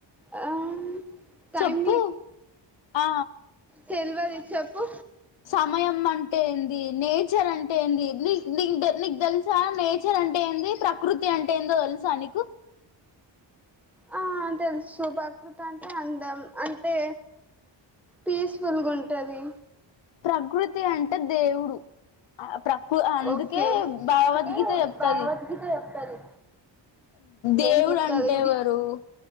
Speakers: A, in the centre; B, on the left.
A: ఆ టైమ్
B: చెప్పు ఆ
A: తెల్వదిషప్పు
B: సమయం అంటే ఏంది నేచర్ అంటే ఏంది నీ నీకు నీక తెలుసా నేచర్ అంటే ఏంది ప్రకృతి అంటే ఏందో తెలుసానికి
A: ఆ తెలుసు ప్రకృత అంటే అందం అంటే పీస్ఫుల్గా ఉంటది
B: ప్రకృతి అంటే దేవుడు ఆ ప్రకృ అందుకే
A: ఓకే
B: భగవద్గీత
A: అందుకే
B: చెప్తుంది
A: భగవద్గీత చెప్తది
B: దేవుడు
A: ఏం చెప్తది
B: అంటేవరు